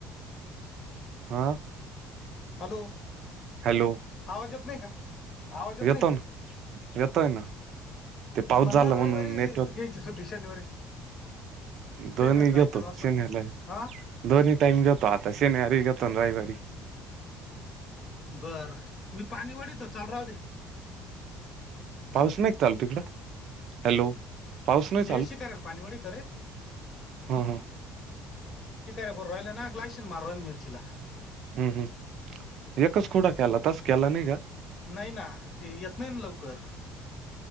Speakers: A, on the right (about 55°); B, on the left (about 35°).
A: हा.
B: हॅलो.
A: हॅलो
B: आवाज येत नाही का? आवाज येत
A: येतो
B: नाही का?
A: ना येतोय ना ते पाऊस
B: म्हणला
A: झाला
B: रविवारी
A: म्हणून नेटवर्क
B: घ्यायची सुट्टी शनिवारी?
A: दोन्ही
B: शनिवारी जायचं
A: घेतो
B: बा असं
A: शनिवारी, रविवारी
B: हा
A: दोन्ही टाईम घेतो आता शनिवारी घेतो रविवारी.
B: बर मी पाणी वढितो चालू राहुदे.
A: पाऊस नाही का चालु तिकडं हॅलो. पाऊस नाही
B: ते शिखराचे पाणीवडी तोरे.
A: हम्म, हम्म.
B: शिकार भरु राहिल्यान गॅशिल मारु राहिलो मिर्चीला.
A: हम्म, हम्म. एकाच कुडा केला तस केला नाही का?
B: नाही ना ते येत नाही ना लवकर.